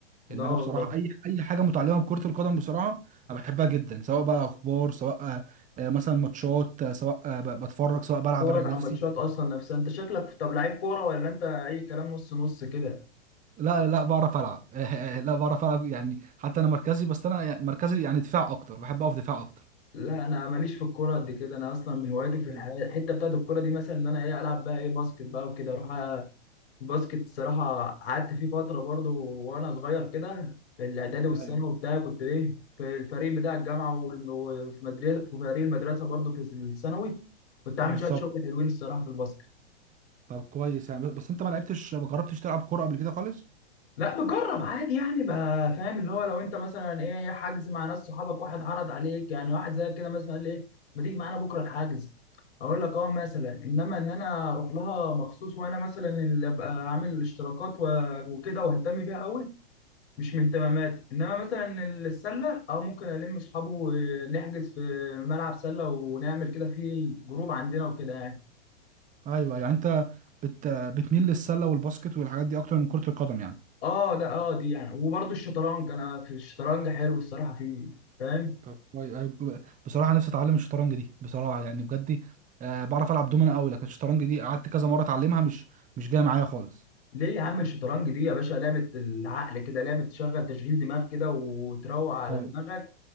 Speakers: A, on the left (about 65°); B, on the right (about 20°).
A: لا
B: ان
A: والله
B: انا بصراحه اي اي حاجه متعلقه بكره القدم بصراحه انا بحبها جدا سواء بقى اخبار سواء آه، مثلا ماتشات آه، سواء آه، ب- بتفرج سواء بلعب
A: تتفرج
B: انا بنفسي
A: على ماتشات اصلا نفسها انت شكلك طب لعيب كوره ولا انت اي كلام نص نص كده
B: لا لا بعرف العب <laughs> لا بعرف العب يعني حتى انا مركزي بس انا يعني- مركزي يعني دفاع اكتر بحب اقف دفاع اكتر
A: لا انا ماليش في الكوره قد كده انا اصلا من هوايتي في الحياه
B: ايوه
A: الحته بتاعت الكوره دي مثلا ان انا ايه العب بقى ايه باسكت بقى وكده اروح الباسكت الصراحة قعدت فيه فترة برضه وأنا صغير كده في الإعدادي والثانوي
B: ايوه
A: وبتاع كنت إيه في الفريق بتاع الجامعة وال- وفي مدرسة في فريق المدرسة برضه في الثانوي كنت عامل
B: بالظبط
A: شوية شغل حلوين الصراحة في الباسكت
B: طب كويس يعني بس انت ما لعبتش ما جربتش تلعب كوره قبل كده خالص
A: لا بجرب عادي يعني بقى فاهم اللي هو لو أنت مثلا إيه حجز مع ناس صحابك واحد عرض عليك يعني واحد زي كده مثلا قال لي إيه ما تيجي معانا بكرة الحجز أقول لك أه مثلا إنما إن أنا أروح لها مخصوص وأنا مثلا اللي أبقى عامل الاشتراكات و- وكده وأهتم بيها أوي مش من اهتماماتي انما مثلا السله اه ممكن الم اصحابه ونحجز في ملعب سله ونعمل كده في جروب عندنا وكده يعني
B: ايوه أيوه. يعني انت بت... بتميل للسله والباسكت والحاجات دي اكتر من كره القدم يعني
A: اه لا اه دي يعني وبرضه الشطرنج انا في الشطرنج حلو الصراحه فيه فاهم
B: طب كويس أنا بج- بصراحه نفسي اتعلم الشطرنج دي بصراحه يعني بجد دي، آه بعرف العب دومنا قوي لكن الشطرنج دي قعدت كذا مره اتعلمها مش مش جايه معايا خالص
A: ليه يا عم الشطرنج دي يا باشا لعبه العقل كده لعبه تشغل تشغيل دماغ كده وتروق على
B: ايوه
A: دماغك